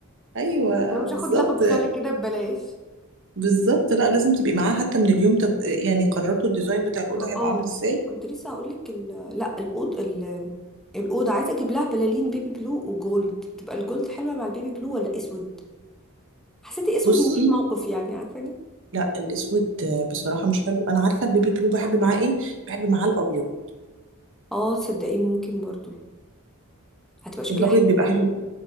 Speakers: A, on the right; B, in the centre.
A: ايوه
B: انا مش
A: بالظبط
B: هاخد لقب خاله كده ببلاش
A: بالظبط لا لازم تبقي معاها حتى من اليوم طب يعني قررتوا الديزاين بتاع الاوضه هيبقى
B: اه
A: عامل ازاي
B: كنت لسه هقول لك ال... لا الاوض ال- الاوضه عايزه اجيب لها بلالين بيبي بلو وجولد تبقى الجولد حلوه مع البيبي بلو ولا اسود حسيت اسود
A: بصي
B: ملوش موقف يعني عارفاني
A: لا الاسود بصراحه مش حلو انا عارفه البيبي بلو بحب معاه ايه بحب معاه الابيض
B: اه تصدقي ممكن برضو هتبقى شكلها
A: الابيض
B: حلو
A: بيبقى
B: قوي
A: حلو